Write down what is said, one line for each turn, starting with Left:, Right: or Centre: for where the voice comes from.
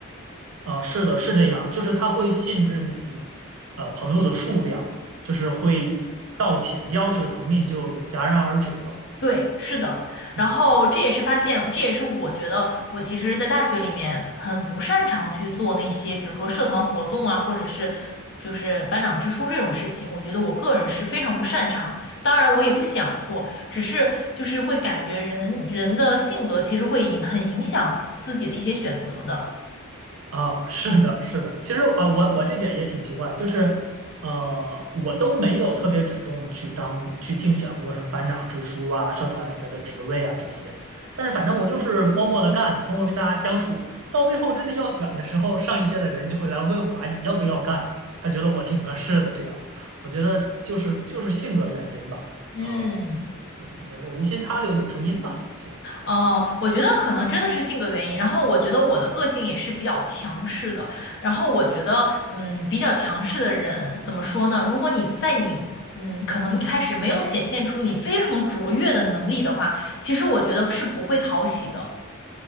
Right: 啊、是的，是这样，就是他会限制你，呃，朋友的数量，就是会到请教这个层面就戛然而止了。
Left: 对，是的，然后这也是发现，
Right: 嗯。
Left: 这也是我觉得我其实，在大学里面很不擅长去做那些，比如说社团活动啊，或者是就是班长之书这种事情，我觉得我个人是非常不擅长。当然，我也不想做，只是就是会感觉人人的性格其实会影很影响自己的一些选择的。
Right: 啊，是的，是的。其实啊，我我这点也挺奇怪，就是呃，我都没有特别主动的去当去竞选过什么班长之书啊、社团里边的职位啊这些，但是反正我就是默默的干，通过跟大家相处，到最后真的要选的时候，上一届的人就会来问我，哎，你要不要干？他觉得我挺合适的，这样，我觉得就是就是性格原因吧，
Left: 嗯。
Right: 呃，嗯，也是无心插柳柳成荫吧，这样。
Left: 哦，我觉得可能真的是性格原因。然后我觉得我的个性也是比较强势的。然后我觉得，嗯，比较强势的人怎么说呢？如果你在你，嗯，可能一开始没有显现出你非常卓越的能力的话，其实我觉得是不会讨喜的。